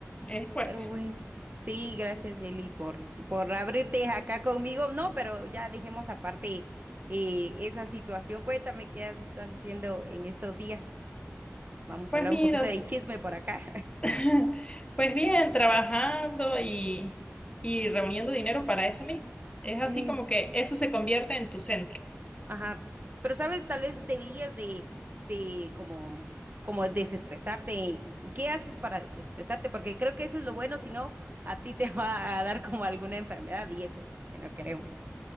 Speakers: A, on the left; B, on the right.
A: es fuerte.
B: pero bueno. sí, gracias Jelly por, por abrirte acá conmigo. No, pero ya dejemos aparte eh, esa situación. Cuéntame qué has- estás haciendo en estos días. Vamos
A: Pues
B: a hablar
A: mira,
B: un poquito de chisme por acá.
A: <laughs> pues bien, trabajando y, y reuniendo dinero para eso mismo. Es así
B: <laughs>
A: como que eso se convierte en tu centro.
B: Ajá, pero sabes, tal vez deberías de, de como, como desestresarte. ¿Qué haces para desestresarte? Porque creo que eso es lo bueno, si no, a ti te <laughs> va a dar como alguna enfermedad y eso que no queremos.